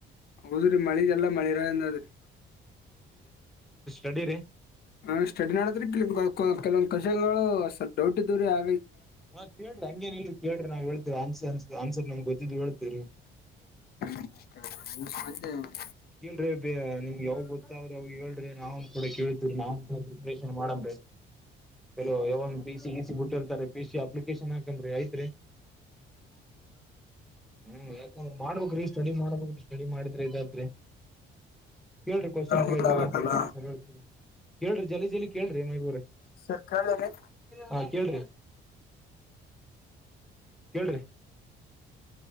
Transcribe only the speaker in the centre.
ರೆಡಿೀ ರೀ
ಹಾ ಕೇಳ್ರಿ ಹಂಗೇನ್ ಹೇಳಿ ಕೇಳ್ರಿ ನಾವವು ಹೇಳ್ೇವಿ ಆನ್ಸರ್ನ್ ಆನ್ಸರ್ ನಮ್ ಗೊತ್ತಿದ್ ಹೇಳ್ತೇವರಿ
ಕೇಳ್ರಿ ಬ ನಿಮ್ಗೆ ಯಾವ ಗೊತ್ತಾದ್ರೆ ಅವ ಹೇಳ್ರಿ ನಾವನ್ ಕೂಡ ಕೇಳ್ತಿವ್ರಿ ನಾವನ್ ಕೂಡ ಪ್ರಿಪರೇಷನ್ ಮಾಡಮ್ರಿ ಕೆ ಯ ಪ ಸಿ ಇ ಸಿ ಬಿಟ್ಟಿರ್ತಾರೆ ಪ ಸಿ ಅಪ್ಲಿಕೇಶನ್ ಹಾಕ್ರಿ ಆಐತ್ರಿ ಹ ಅವ್ ಮಾಡ್ಬೇಕಕ್್ರೀ ಸ್ಟಡಿ ಮಾಡ್ಬೇಕ್ರೀ ಸ್ಟಡಿ ಮಾಡಿದ್ರ ಇದಾದ್ರಿ ಕೇಳ್ರಿ ಕ್ವಶನ್
ಕೇಳ್ರಿ ಆನ್ಸರ್ ಹೇಳ್ತಿರಿ ಕೇಳ್ರಿ ಜಲಿ ಜಲಿ ಕೇಳ್ರಿ ಮೈಬೂರ
ಹಾ ಕೇಳ್ರಿ ಕೇಳ್ರಿ